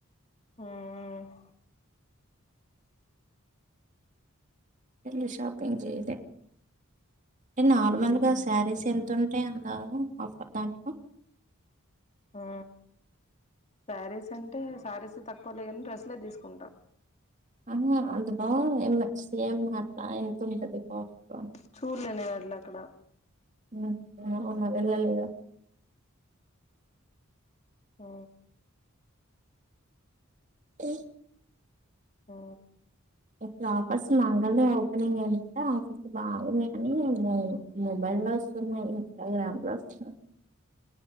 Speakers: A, on the left; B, on the right.
A: మ్ మ్
B: ఇల్లూ షాపిింగ్ చేయలే అే నార్మల్
A: ఉమ్
B: గా శారీస్ ఎంత తుంటే అందారు ఆఫర్ థాంక్ యూ
A: ఆ శారీస్ అంటే శారీస్ తక్కువ లే కానీ డ్రస్లే తీసుకుంటాం
B: అన్ని అంటదా ఎమ్మ సేమ్ మత్త ఆయనతోనే కదా పాప్కార్న్
A: చూళ్లే నేను అట్ల అక్కడ
B: ఉమ్ అవున వెళ్ళ లేద
A: ఓ
B: ఈ
A: ఆ
B: ఇప్పుడు ఆఫర్స్ మంగల్య ఓపెనింగ్ అయింది కదా ఆఫర్స్ బాగున్నాయి మనీ మ మొబైల్ లోస్ స్తున్నాయ్ ఇన్స్టాగ్రామ్లొస్తున్నాయ్